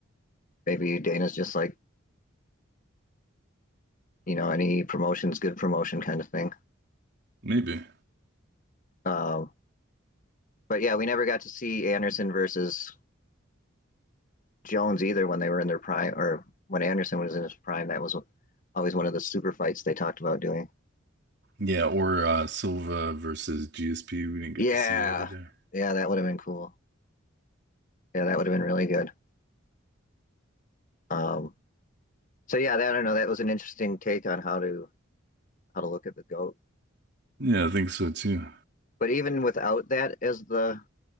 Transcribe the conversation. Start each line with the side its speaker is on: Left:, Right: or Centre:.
Left: Maybe Dana's just like you know any promotion's good promotion kind of thing.
Right: Maybe.
Left: Um, but yeah, we never got to see Anderson versus Jones either when they were in their prime or when Anderson was in his prime. That was always one of the super fights they talked about doing.
Right: Yeah, or uh, Silva versus GSP. We didn't get
Left: Yeah,
Right: to see that either.
Left: yeah, that would have been cool. Yeah, that would have been really good. Um, so yeah, that, I don't know. That was an interesting take on how to how to look at the goat.
Right: Yeah, I think so too.
Left: But even without that as the